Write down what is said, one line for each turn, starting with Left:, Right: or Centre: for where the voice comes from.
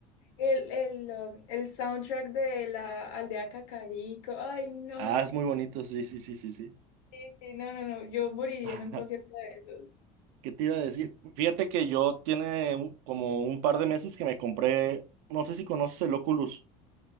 Left: El, el, um, el soundtrack de la aldea Cacarico. Ay, no.
Right: Ah, es muy bonito, sí, sí, sí, sí, sí.
Left: Sí, sí, no, no, no. Yo moriría en un
Right: <laughs>
Left: concierto de esos.
Right: ¿Qué te iba a decir? Fíjate que yo tiene un- como un par de meses que me compré, no sé si conoces el Oculus,